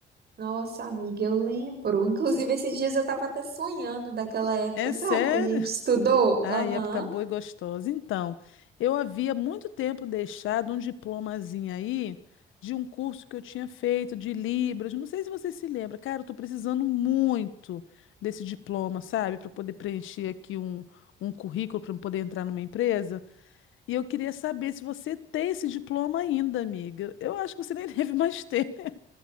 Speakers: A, on the right; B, on the left.
A: Nossa, amiga, eu lembro. Inclusive, esses dias eu tava até sonhando daquela época,
B: É
A: sabe?
B: sério?
A: Que a gente estudou.
B: Ai,
A: Aham.
B: época boa e gostosa. Então, eu havia muito tempo deixado um diplomazinho aí de um curso que eu tinha feito de Libras. Não sei se você se lembra. Cara, eu tô precisando muito desse diploma, sabe? Para poder preencher aqui um, um currículo para poder entrar numa empresa. E eu queria saber se você tem esse diploma ainda, amiga. Eu acho que você nem <laughs> deve mais ter, né?